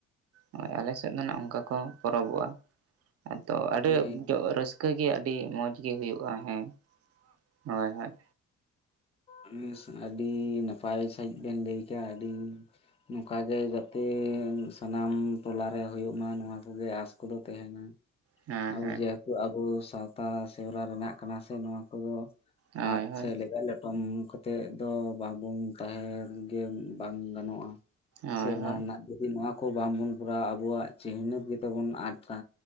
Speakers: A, on the right; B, on the left.
A: ᱦᱚ ᱟᱞᱮ ᱥᱮᱫ ᱫᱚ ᱱᱟᱜ ᱚᱱᱠᱟ ᱠᱚ ᱯᱚᱨᱚᱵᱚᱜᱼᱟ ᱦᱮᱸᱛᱚ ᱟᱹᱰᱤ
B: ᱦᱳᱭ
A: ᱨᱟᱹᱥᱼ ᱼᱠᱟᱹ ᱜᱮ ᱟᱹᱰᱤ ᱢᱚᱸᱡᱽ ᱜᱮ ᱦᱩᱭᱩᱜᱼᱟ ᱦᱮᱸ ᱦᱳᱭ ᱦᱳᱭ
B: <inaudible> ᱟᱹᱰᱤ ᱱᱟᱯᱟᱭ ᱥᱟᱺᱦᱤᱡ ᱵᱮᱱ ᱞᱟᱹᱭ ᱠᱮᱫᱼᱟ ᱟᱹᱰᱤᱻ ᱱᱚᱝᱠᱟ ᱜᱮ ᱡᱟᱛᱮ ᱥᱟᱱᱟᱢ ᱴᱚᱞᱟ ᱨᱮ ᱦᱩᱭᱩᱜ ᱢᱟ ᱱᱚᱣᱟ ᱠᱚᱜᱮ ᱟᱸᱥ ᱠᱚᱫᱚ ᱛᱟᱦᱮᱱᱟ
A: ᱦᱮᱸ
B: ᱟᱵᱚ
A: ᱦᱮᱸ
B: ᱡᱮᱦᱮᱛᱩ ᱟᱵᱚ ᱥᱟᱶᱛᱟ ᱥᱮᱨᱣᱟ ᱨᱮᱱᱟᱜ ᱠᱟᱱᱟ ᱥᱮ ᱱᱚᱣᱟ ᱠᱚᱫᱚ ᱾
A: ᱦᱳᱭ ᱦᱳᱭ
B: <unintelligible> ᱠᱚᱢ ᱠᱟᱛᱮᱫ ᱫᱚ ᱵᱟᱵᱚᱱ ᱛᱟᱦᱮᱸ ᱜᱮ ᱵᱟᱝ ᱜᱟᱱᱚᱜᱼᱟ
A: ᱦᱳᱭ
B: ᱥᱮᱨᱣᱟ
A: ᱦᱳᱭ
B: ᱨᱮᱱᱟᱜ ᱡᱩᱫᱤ ᱱᱚᱣᱟ ᱠᱚ ᱵᱟᱝᱵᱚᱱ ᱠᱚᱨᱟᱣᱟ ᱟᱵᱚᱣᱟᱜ ᱪᱤᱱᱦᱟᱹᱯ ᱜᱮᱛᱚ ᱵᱚᱱ ᱟᱫᱼᱫᱟ